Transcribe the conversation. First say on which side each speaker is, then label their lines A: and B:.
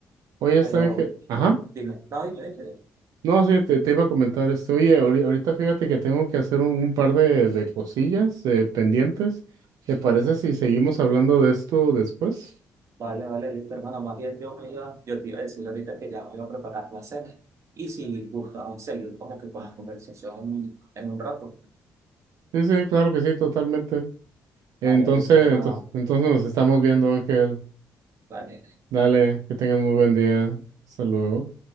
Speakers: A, on the right; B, on the right.
A: Oye, está,
B: Pero
A: Ángel. Ajá.
B: dime, no, dime, dime.
A: No, sí, te, te iba a comentar esto. Oye, ahori- ahorita fíjate que tengo que hacer un, un par de, de cosillas eh, pendientes. ¿Te parece si seguimos hablando de esto después?
B: Vale, vale, listo, hermano. Más bien yo me iba, yo te iba a decir ahorita que ya me iba a preparar la cena. Y si gustaba seguir como que con la conversación en un rato.
A: Sí, sí, claro que sí, totalmente. Entonces,
B: Vale, listo, hermano.
A: entonces, entonces nos estamos viendo, Ángel.
B: Vale.
A: Dale, que tengan muy buen día. Hasta luego.